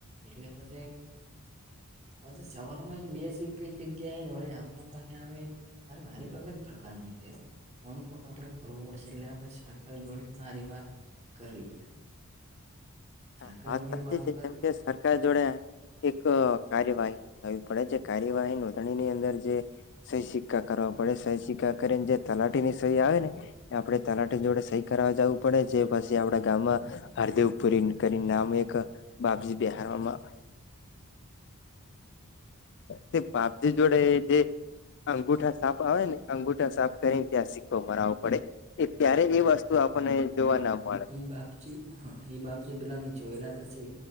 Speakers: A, on the right (about 30°); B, on the left (about 55°).
A: એટલે પછી પછી સવારમાં બે પી કઈ જગ્યા એને વળી આપણા પાસે આવે મારે મારી અલગ પ્રકારની છે. અનુ કોક આપણે કરવું પડશે એટલે આપણે સરકાર જોડે પણ આ ર વાત કરવી પડે
B: <inaudible>
A: સરકાર જોડે
B: સાચી
A: વાત
B: છે
A: કર
B: જેમ કે સરકાર જોડે એક કાર્યવાહી નો થવી પડે જે કાર્યવાહી નોંધણીની અંદર જે સહી સિક્કા કરવા પડે સહી સિક્કા કરીને જે તલાટી ની સહી આવે ને આપણે તલાટી જોડે સહી કરવા જવું પડે છે, પછી આપડા ગામમાં હરદેવ પુરી કરીને નામ અ એક બાપજી બહારમાં તે બાપજી જોડે જે અંગુઠા સાફ આવે ને અંગુઠા સાફ કરીને ત્યાં સિક્કો મરવો પડે. એ ત્યારે એ વસ્તુ આપણને જોવા ના મળે.
A: એ બાપજી હા એ બાપજી પેલા અમે જોયેલા થશે